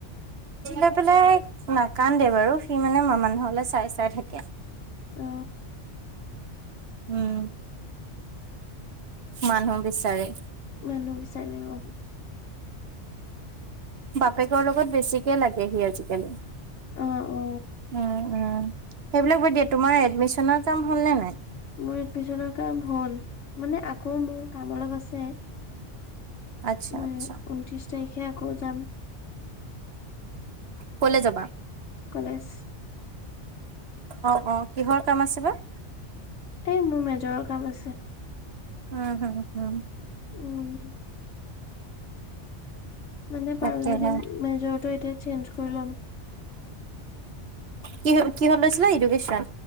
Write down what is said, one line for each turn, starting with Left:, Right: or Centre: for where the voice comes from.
Right: লৈ পেলাই নাকান্দে বাৰু সি মানে মানুহলৈ চাই-চাই থাকে।
Left: অ
Right: উম, মানুহ বিচাৰে।
Left: মানুহ বিচাৰে অ'। <inaudible>
Right: বাপেকৰ লগত বেছিকে লাগে সি আজিকালি,
Left: অ অ
Right: উম-উম। সেইবিলাক বাদ দিয়া তোমাৰ এডমিশনৰ কাম হ'ল নে নাই?
Left: মোৰ এডমিশনৰ কাম হ'ল। মানে আকৌ মোৰ কাম অলপ আছে।
Right: আচ্ছা
Left: মই
Right: আচ্ছা
Left: ঊনত্ৰিশ তাৰিখে আকৌ যাম।
Right: কলে যাবা?
Left: কলেজ।
Right: অ', অ', কিহৰ কাম আছে বা?
Left: এই মোৰ মেজৰৰ কাম আছে।
Right: উম হুম-হুম।
Left: উম। মানে পাৰো
Right: তাকেহে
Left: যদি মেজৰটো এতিয়া চেঞ্জ কৰি ল'ম।
Right: কিহত-কিহত লৈছিলে ইডুকেশচন?